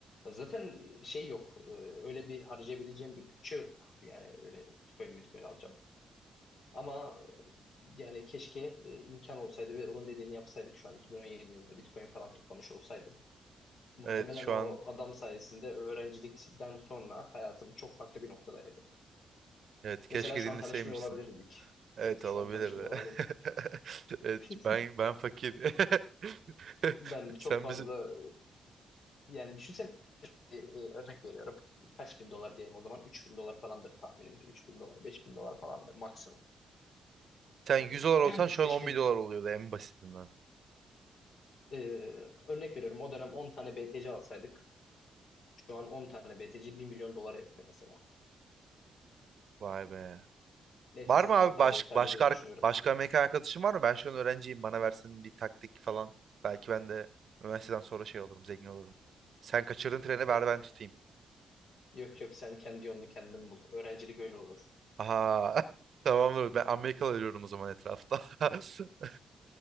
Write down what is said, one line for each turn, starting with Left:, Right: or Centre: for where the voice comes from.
Left: zaten şey yok. Ee, öyle bir harcayabileceğim bir bütçe yok. Yani öyle Bitcoin, Bitcoin alacağım. Ama e, yani keşke e, imkan olsaydı ve onun dediğini yapsaydık şu an 2017 yılında Bitcoin falan toplamış olsaydım. Muhtemelen
Right: Evet şu
Left: o
Right: an
Left: adam sayesinde öğrencilikten sonra hayatım çok farklı bir noktadaydı.
Right: evet keşke
Left: Mesela şu
Right: dinleseymişsin.
Left: an tanışmıyor olabilirdik.
Right: Evet
Left: Evet, şu
Right: olabilirdi.
Left: an tanışmıyor olabiliriz.
Right: <laughs> Evet
Left: <laughs>
Right: ben ben fakir. <laughs>
Left: Ben çok
Right: Sen
Left: fazla
Right: bizi
Left: yani düşünsene e, e, örnek veriyorum. Kaç bin dolar diyelim o zaman? üç bin dolar falandır tahminimce. üç bin dolar, 5 bin dolar falandır maksimum.
Right: sen
Left: Ee,
Right: yüz dolar
Left: <clears throat>
Right: olsan
Left: 3-5
Right: şu an on
Left: bin
Right: bin dolar oluyordu en basitinden.
Left: e, örnek veriyorum. O dönem 10 tane BTC alsaydık. Şu an 10 tane BTC bir milyon dolar yapıyor mesela.
Right: Vay be.
Left: Neyse
Right: Var
Left: sana
Right: mı abi
Left: bu kadar
Right: baş,
Left: yeterli
Right: başka
Left: diye düşünüyorum.
Right: ar- başka mekan arkadaşın var mı? Ben şu an öğrenciyim. Bana versin bir taktik falan. Belki ben de üniversiteden sonra şey olurum, zengin olurum. Sen kaçırın treni,
Left: Ee,
Right: ver ben tutayım.
Left: yok yok sen kendi yolunu kendin bul. Öğrencilik öyle olur.
Right: Aha. <laughs> Tamamdır. Ben Amerikalı arıyorum o zaman etrafta. <laughs>